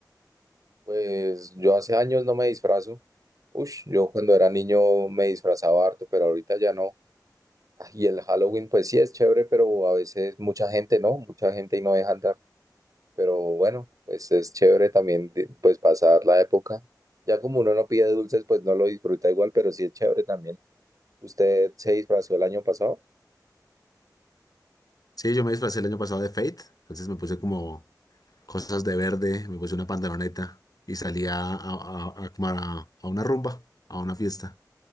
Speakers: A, on the right; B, on the left.
A: Pues yo hace años no me disfrazo. Ush, yo cuando era niño me disfrazaba harto, pero ahorita ya no. Ah, Y el Halloween, pues sí es chévere, pero a veces mucha gente no, mucha gente y no dejan de Pero bueno, pues es chévere también de- pues pasar la época. Ya como uno no pide dulces, pues no lo disfruta igual, pero sí es chévere también. ¿Usted se disfrazó el año pasado?
B: Sí, yo me disfracé el año pasado de Fate, entonces me puse como cosas de verde, me puse una pantaloneta y salí a, a, a- a como a- a una rumba, a una fiesta.